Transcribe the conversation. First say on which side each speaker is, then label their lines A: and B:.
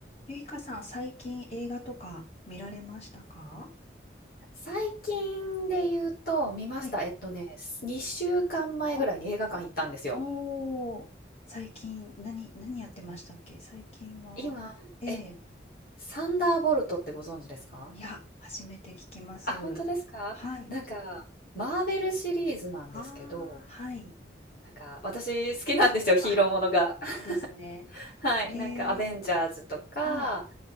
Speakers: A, on the left (about 35°); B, on the left (about 55°).
A: ゆいかさん、最近映画とか見られましたか
B: 最近で言うと、見ました。
A: はい。
B: えっとね、2週間前ぐらいに映画館行ったんですよ。
A: お、おー、最近、何、何やってましたっけ最近は、
B: 今、
A: ええ、
B: え、サンダーボルトってご存知ですか
A: いや、初めて聞きます。
B: あ、本当ですかなんか、
A: はい。
B: マーベルシリーズなんですけど、
A: ああ、はい。
B: なんか、私好きなんですよ、ヒーローものが。
A: あ、そうなんですね。
B: <laughs> はい、
A: ええ、
B: なんか、アベンジャーズとか、
A: はい。